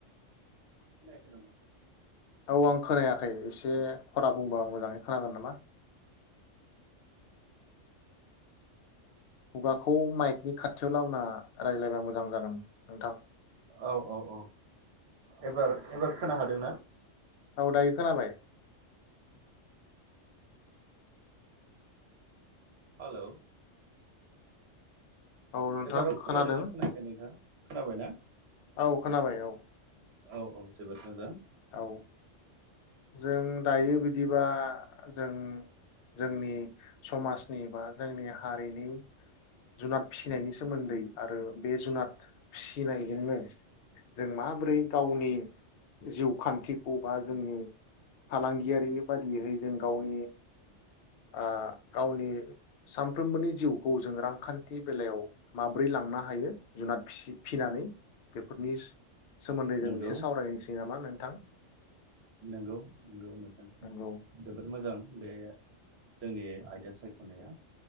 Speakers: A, on the right; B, on the left.
A: खोनायाखै नामा?
B: औ आं खोनायाखै एसे खरा बुंबा मोजांङै खोनागोन नामा खुगाखौ माइकनि खाथियाव लाबोना रायज्लायबा मोजां जागोन नोंथां
A: औ औ औ एबार एबार खोना हादोंना?
B: औ दायो खोनाबाय।
A: हालौ
B: औ नोंथां
A: एबाराव खोनादोना
B: खोनादों
A: खोनायाखै नोंथां खोनाबायना
B: औ खोनाबाय औ
A: औ औ जोबोद मोजां।
B: औ जों दायो बिदि दिबा आ जों जोंनि समाजनि बा जोंनि हारिनि जुनाद फिसिनायनि सोमोन्दै आरो बे जुनाद फिसिनायजोंनो जों माबोरै गावनि जिउ खान्थिखौ बा जोंनि फालांगियारि बादियै जों गावनि आ गावनि सानफ्रोमबोनि जिउ गौ जों रां खान्थि बेलायाव माब्रै लांनो हायो जुनाद फिसि फिनानै बेफोरनि सोमोन्दै
A: नंगौ
B: जों एसे सावरायनसै नामा नोंथां
A: नंगौ नंगौ नोंथां
B: नंगौ
A: जोबोद मोजां बे जोंनि आयदा सायखनाया।